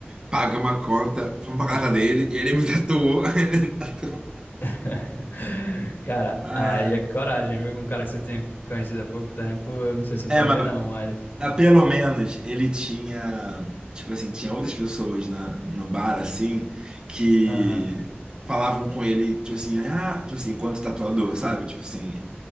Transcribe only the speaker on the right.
paga uma conta, fomos pra
casa dele, e ele me tatuou, <laughs> ele me tatuou.
Ai,
ai.
É,
mas
mas pelo menos ele tinha, tipo assim, tinha outras pessoas na, no bar, assim, que
falavam com ele, tipo assim, ah, tipo assim, enquanto tatuador, sabe? Tipo assim,